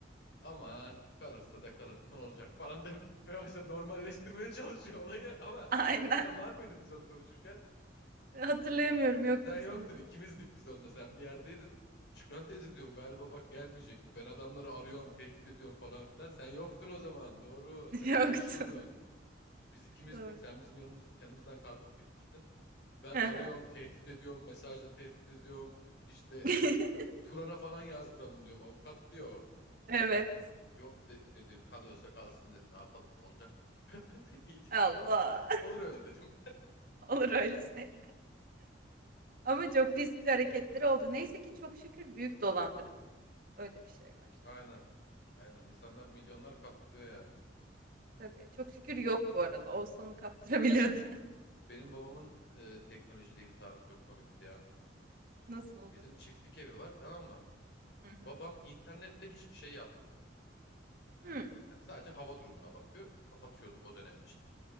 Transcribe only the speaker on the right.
Aynen.
Hatırlayamıyorum. Yoktum
sanırım.
<laughs>
Yoktum.
<laughs> Doğru.
<laughs>
<laughs>
Evet.
Allah.
<laughs> Olur öyle şeyler. Ama çok riskli hareketleri oldu. Neyse ki çok şükür büyük dolandırılmadı. Öyle bir şey var.
Tabii. Çok şükür yok bu arada. Olsa onu kaptırabilirdi.
<laughs> Nasıldı?
Hı hı.
Hı